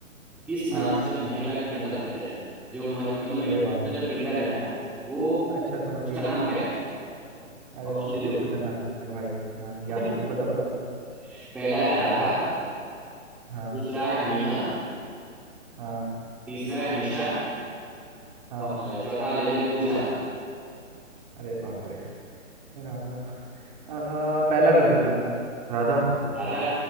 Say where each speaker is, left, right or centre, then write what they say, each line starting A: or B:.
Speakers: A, in the centre; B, on the right (about 30°).
A: किस नाम
B: हाँ
A: से महिला की नकल करते हैं जो मल- मतलब मैं
B: अरे
A: उनका
B: बाप रे
A: जो किरदार है ना वो
B: अच्छा समझ
A: उसका
B: गया
A: नाम क्या है
B: अरे
A: ऑप्शन
B: मैं
A: दे
B: बहुत
A: दूँ
B: खतरनाक भाई हाँ याद
A: <laughs>
B: ही नहीं बता बता
A: पहला है राधा
B: हाँ
A: दूसरा है मीना
B: हाँ
A: तीसरा है निशा
B: हाँ
A: और चौथा ले ले पूजा
B: अरे बाप रे राम राम आ, पहला कर देता हूँ राधा
A: राधा